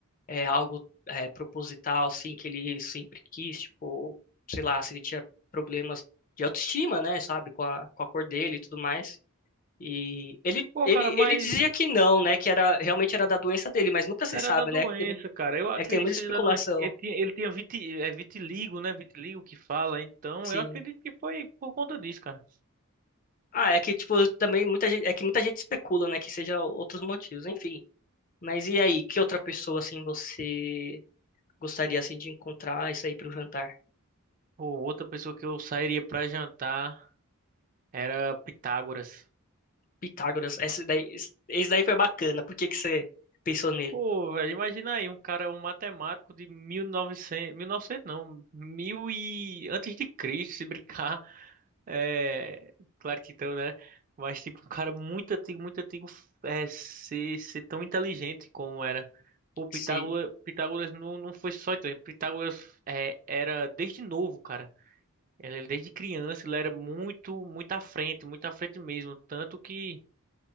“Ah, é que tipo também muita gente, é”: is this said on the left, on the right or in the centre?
Left